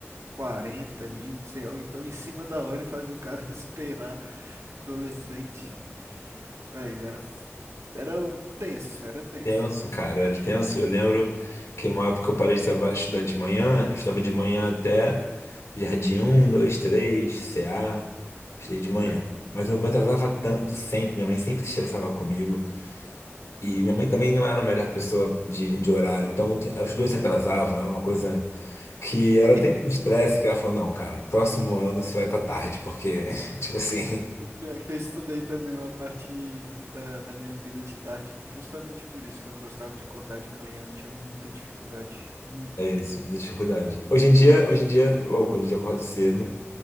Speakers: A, on the right; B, on the left.
A: 40 ali, não sei, ou então em cima da hora e fazia o cara <laughs> esperar, adolescente. Aí era, f- era o- tenso, era tenso.
B: Tenso, cara, era tenso. Eu lembro que uma época eu parei de traba- estudar de manhã, eu estudava de manhã até Jardim 1, 2, 3, CA, estudei de manhã.
A: Aham.
B: Mas eu me atrasava tanto sempre, minha mãe sempre se estressava comigo. E minha mãe também não era a melhor pessoa de, de horário, então os dois se atrasavam, era uma coisa que era até
A: <laughs>
B: um estresse, que ela falou, não, cara, próximo ano você vai pra tarde, porque, <laughs> tipo assim,
A: O pior é que eu estudei também uma parte da, da minha vida de tarde, justamente por isso, que eu não gostava de acordar de manhã, tinha muita dificuldade,
B: <laughs>
A: muita.
B: é isso, muita dificuldade. Hoje em dia, hoje em dia, é louco, hoje em dia eu acordo cedo.